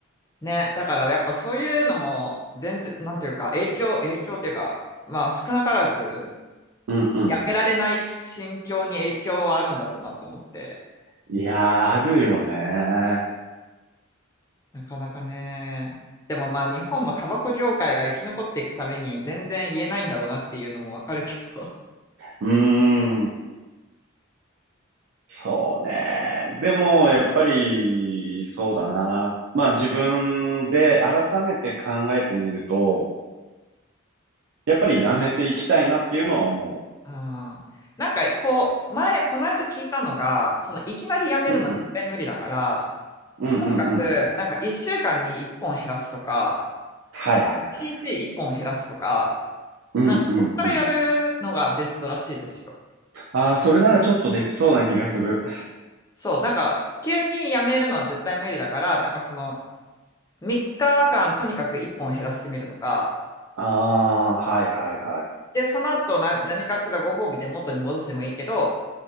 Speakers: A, on the left; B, on the right.
A: ね。だからやっぱそういうのも全然、なんていうか、影響、影響っていうか、まあ少なからず、
B: うんうん。
A: やめられない心境に影響はあるんだろうなと思って。
B: いやー、あるよね。
A: なかなかね。でもまあ日本もタバコ業界が生き残っていくために全然言えないんだろうなっていうのもわかるけど。
B: うーん、そうね。でも、やっぱり、そうだな。まあ、自分で改めて考えてみると、やっぱりやめていきたいなっていうのは思
A: <laughs> ああ。なんかこう、前、この間聞いたのが、そのいきなりやめるのは絶対無理だから、
B: う。うんうん、うんうんうん。
A: とにかく、なんか1週間に1本減らすとか、
B: はいはいはい。
A: 1日1本減らすとか、
B: うんうんうん。
A: なんかそこからやるのがベストらしいですよ。
B: ああ、それならちょっとできそうな気がする。
A: そう、なんか急にやめるのは絶対無理だから、なんかその3日間とにかく1本減らしてみるとか、
B: ああ、はいはいはい。
A: で、その後な何かしらご褒美で元に戻してもいいけど、